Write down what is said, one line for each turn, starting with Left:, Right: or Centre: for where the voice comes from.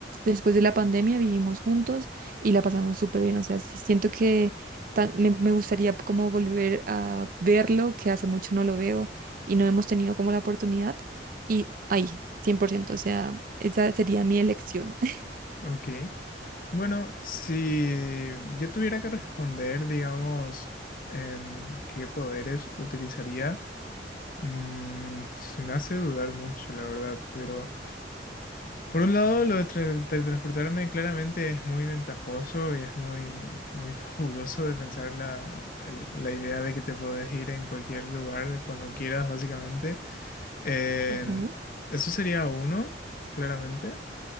Right: después de la pandemia, vivimos juntos y la pasamos súper bien. O sea, sí siento que tan- me, me gustaría como volver a verlo, que hace mucho no lo veo y no hemos tenido como la oportunidad. Y ahí, cien por ciento o sea, esa sería mi elección. <laughs>
Left: Ujú, Ok, bueno, si yo tuviera que responder, digamos, en qué poderes utilizaría. Mm, se me hace dudar mucho, la verdad, pero por un lado lo de tra- teletransportarme claramente es muy ventajoso y es muy, muy jugoso de pensar la, el- la idea de que te podés ir en cualquier lugar cuando quieras, básicamente. En-
Right: Ajá.
Left: eso sería uno, claramente.